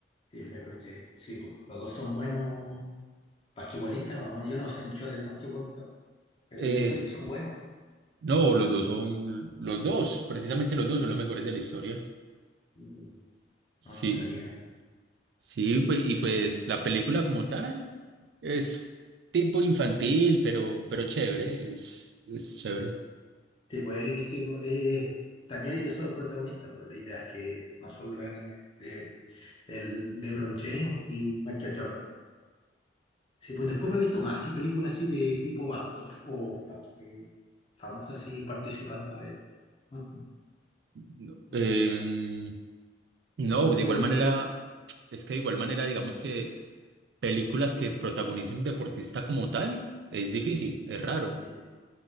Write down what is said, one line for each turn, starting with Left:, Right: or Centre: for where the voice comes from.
Left: sí, LeBron James. Sí, pues, los dos son buenos basquetbolistas o no. Yo no sé mucho del basquetbol, ta- pero
Right: Eh,
Left: yo creo que son buenos.
Right: no, los dos son, los dos, precisamente los dos son los mejores de la historia.
Left: Ujú.
Right: Sí.
Left: No, no sabía.
Right: Sí, pu-
Left: Sí,
Right: y pues la película como tal es tipo infantil, pero, pero chévere, es, es chévere.
Left: Sí, pues es que eh, también ellos son los protagonistas, pues la idea es que no solo el anime, de, el LeBron James y Michael Jordan. Sí, pues después no he visto más, sí, películas así de tipo actor o eh, famosos así participando. A ver, Mm, mm,
Right: No,
Left: no.
Right: em, no,
Left: Después
Right: de igual manera,
Left: vi,
Right: es que de igual manera, digamos que películas que protagonicen un deportista como tal es difícil, es raro.
Left: Tienes-